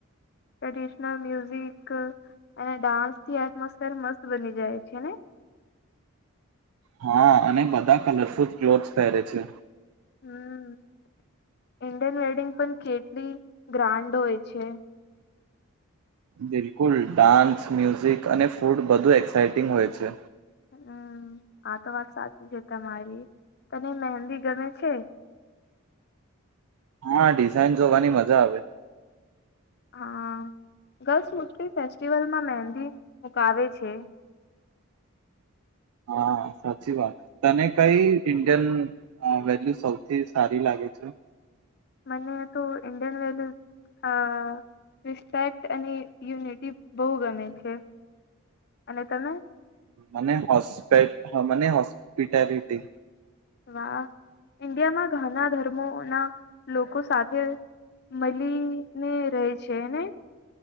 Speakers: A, on the left; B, on the right.
A: ટ્રેડિશનલ મ્યુઝિક અને ડાન્સથી એટમોસફેર મસ્ત બની જાય છે, ને
B: હા અને બધા કલરફુલ ક્લોથસ પહેરે છે
A: હમ ઇન્ડિયન વેડિંગ પણ કેટલી ગ્રાન્ડ હોય છે
B: બિલકુલ ડાન્સ મ્યુઝિક અને ફૂડ બધુ એક્સાઇટિંગ હોય છે
A: હમ આ તો વાત સાચી છે તમારી તને મહેંદી ગમે છે
B: હા ડિઝાઇન જોવાની મજા આવે
A: હા ગર્લ્સ મુસ્લિમ ફેસ્ટિવલમાં મહેંદી મુકાવે છે
B: હા સાચી વાત તને કઈ ઇન્ડિયન વેલ્યુ સૌથી સારી લાગે છે
A: મને તો ઇન્ડિયન વેલ્યુ રિસ્પેક્ટ અને યુનિટી બહુ ગમે છે અને તમે
B: મને હોસ્પે મને હોસ્પિટાલિટી
A: વાહ ઈન્ડિયામાં ઘના ધર્મો ના લોકો સાથે મળીને રહે છે ને